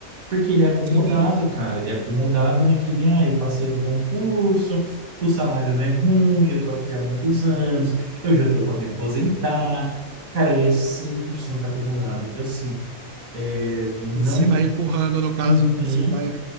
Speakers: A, on the right; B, on the right.
A: Porque ele é acomodado,
B: Sim, sim.
A: cara, ele é acomodado naquele, ah, eu passei no concurso, o salário não é ruim, eu tô aqui há muitos anos, eu já tô para me aposentar. Cara, ele é 100% acomodado. Então, assim, é, não.
B: E Você vai empurrando, no caso,
A: Uhum.
B: né? Você vai,